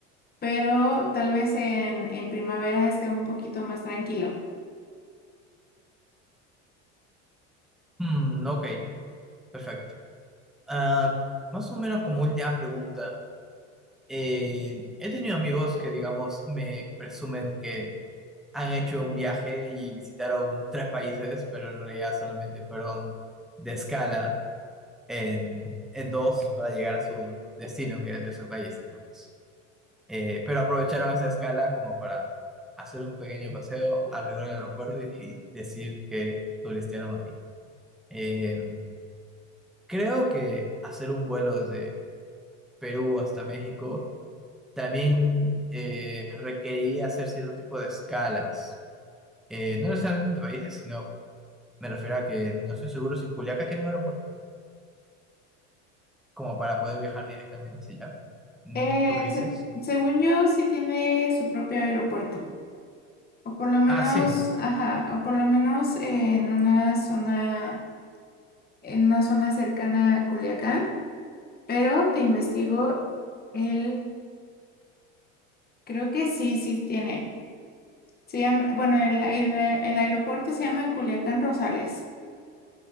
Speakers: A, on the left; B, in the centre.
A: pero tal vez en, en primavera esté un poquito más tranquilo.
B: Hmm, ok, perfecto. Ah, más o menos como última pregunta. eh, he tenido amigos que, digamos, me presumen que han hecho un viaje y visitaron tres países, pero en realidad solamente fueron de escala en, en dos para llegar a su destino, que era el tercer país, digamos. Eh, pero aprovecharon esa escala como para hacer un pequeño paseo alrededor del aeropuerto y, y decir que turistearon ahí. Eh, creo que hacer un vuelo desde Perú hasta México también eh, requeriría hacer cierto tipo de escalas. Eh, no necesariamente entre países, sino me refiero a que no estoy seguro si Juliaca tiene un aeropuerto como para poder viajar directamente hacia allá. Mm,
A: Eh,
B: ¿Tú qué dices?
A: se- según yo, sí tiene su propio aeropuerto, o por lo menos,
B: Ah, sí.
A: ajá, o por lo menos eh, en una zona, en una zona cercana a Culiacán, pero te investigo, él creo que sí, sí tiene. Se llama, bueno, el, el- el aeropuerto se llama Culiacán Rosales,